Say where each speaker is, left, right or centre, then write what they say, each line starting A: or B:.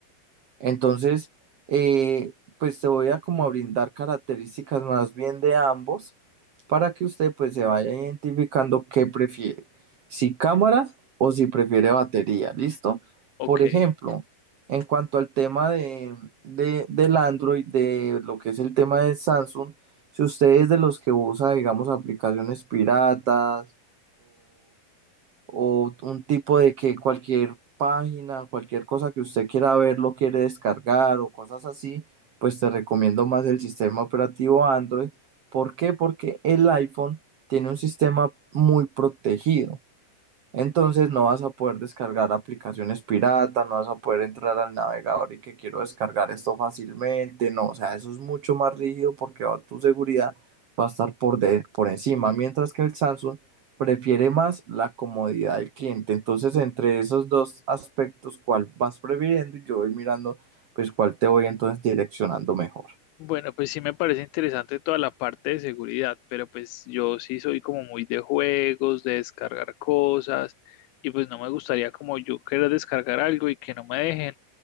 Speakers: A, on the right; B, on the left.
A: Entonces, eh, pues te voy a como a brindar características más bien de ambos para que usted pues se vaya identificando qué prefiere, si cámara o si prefiere batería, ¿listo?
B: Ok.
A: Por ejemplo, en cuanto al tema de, de- del Android, de lo que es el tema de Samsung, si usted es de los que usa, digamos, aplicaciones piratas o un tipo de que cualquier página, cualquier cosa que usted quiera ver, lo quiere descargar o cosas así, pues te recomiendo más el sistema operativo Android. ¿Por qué? Porque el iPhone tiene un sistema muy protegido. Entonces no vas a poder descargar aplicaciones pirata, no vas a poder entrar al navegador y que quiero descargar esto fácilmente, no, o sea, eso es mucho más rígido porque va- tu seguridad va a estar por, de- por encima, mientras que el Samsung prefiere más la comodidad del cliente. Entonces, entre esos dos aspectos, ¿cuál vas prefiriendo? Y yo voy mirando, pues, cuál te voy entonces direccionando mejor.
B: Bueno, pues sí me parece interesante toda la parte de seguridad, pero pues yo sí soy como muy de juegos, de descargar cosas, y pues no me gustaría como yo querer descargar algo y que no me dejen.